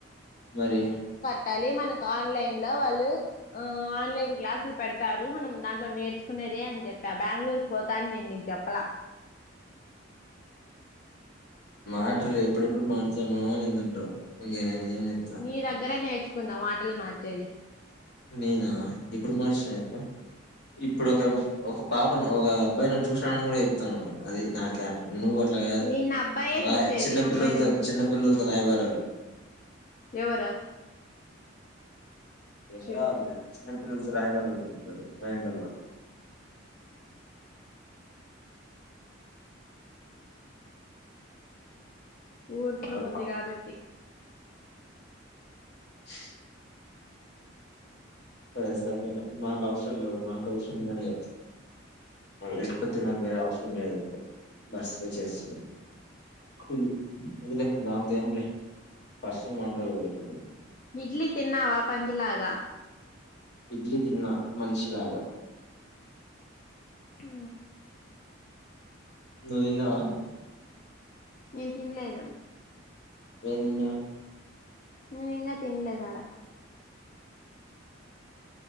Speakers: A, on the left; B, on the left.
A: మరి
B: పెట్టాలి మనకు ఆన్లైన్ లో వాళ్ళు ఆ ఆన్లైన్ క్లాసులు పెడతారు మనం దాంట్లో నేర్చుకునేదే అని చెప్పి బెంగళూరు పోతాన్ నేను నీకు చెప్పలే
A: మాటలు ఎప్పుడెప్పుడు మారుద్దామా అని ముందుటావు ఇంక నేనేం ఎం చెప్తా.
B: నీ దగ్గరే నేర్చుకున్నా మాటలు మార్చేది.
A: నేనా ఎప్పుడు మార్చను చెప్పు ఇప్పుడు ఒక ఒక పాపను ఒక అబ్బాయి నన్ను చూసి కూడా చెప్తా అది నా కేరెక్ట్ నువ్వు అట్లాగాదు
B: నిన్న అబ్బాయే
A: రా
B: చూసేది
A: చిన్న
B: అమ్మాయిలు
A: పిల్లలతోనీ
B: ఏం చూడరు
A: చిన్న పిల్లలతోనీ రాయబరాలు
B: ఎవరు?
A: ఎవరో
B: చూడు
A: వాళ్ళు లే చిన్నపిల్లలతో రాయబారాలు నడిపేరు రైలలో
B: ఉత్త్రం
A: అరె
B: ఉంది
A: పక్క
B: కాబట్టి
A: <unintelligible> సరే సరేలే మాకు అవసరాళ్ లేవ్ మాకు అవసరం ఉందనే గా లేకపోతే నాకు వేరే ఆప్షన్ లేదు ఇప్పుడు బర్స్వ చేస్తున్రూ అప్పుల్ వద్దులే దాంతో ఏం లే పర్సనల్ మాట్లాడొద్దు గా ఇప్పుడు
B: ఇడ్లీ తిన్నావా పందిలాగా
A: ఇడ్లీ తిన్న మనీషిలాగా
B: ఆ
A: నువ్వు తినవా
B: నేను తినలేదు
A: వేం తిన్నావ్
B: నేను ఇంకా తిన్లే దాడా